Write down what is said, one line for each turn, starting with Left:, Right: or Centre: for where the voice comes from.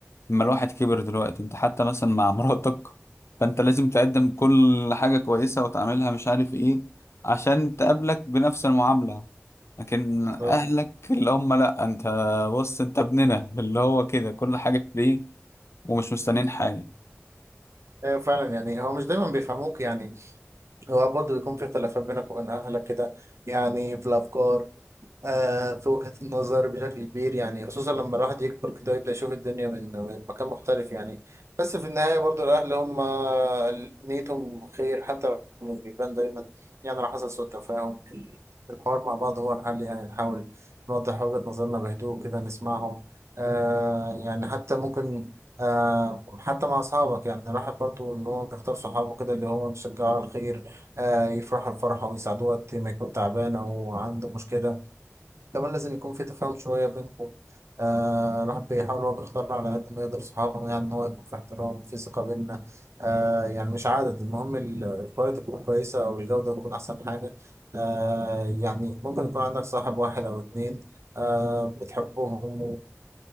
Left: لما الواحد كبر دلوقتي انت حتى مثلا مع <laughs> مراتك فانت لازم تقدم كل حاجة كويسة وتعملها مش عارف ايه عشان تقابلك بنفس المعاملة لكن اهلك
Right: بالظبط
Left: اللي هم لا انت بص انت ابننا اللي هو كده كل حاجة ليك ومش مستنيين حاجة
Right: ايوه فعلا يعني هو مش دايما بيفهموك يعني هو برضه بيكون في اختلافات بينك وبين اهلك كده يعني في الافكار آه في وجهة النظر بشكل كبير يعني خصوصا لما الواحد يكبر كده يبدأ يشوف الدنيا من من مكان مختلف يعني بس في النهاية برضه الاهل هم نيتهم خير حتى لو مش بيبان دايما يعني لو حصل سوء تفاهم الحوار مع بعض هو الحل يعني نحاول نوضح وجهة نظرنا بهدوء كده نسمعهم آه يعني حتى ممكن آه حتى مع أصحابك يعني الواحد برضه إن هو بيختار صحابه كده اللي هم بيشجعوا على الخير آه يفرحوا الفرحة ويساعدوه وقت ما يكون تعبان أو عنده مشكلة كمان لازم يكون في تفاهم شوية بينكم آه الواحد بيحاول هو بيختار على قد ما يقدر صحابه يعني إن هو يكون في احترام في ثقة بيننا آه يعني مش عدد المهم ال- الكواليتي تكون كويسة أو الجودة تكون أحسن حاجة آه يعني ممكن يكون عندك صاحب واحد أو اتنين آه بتحبهم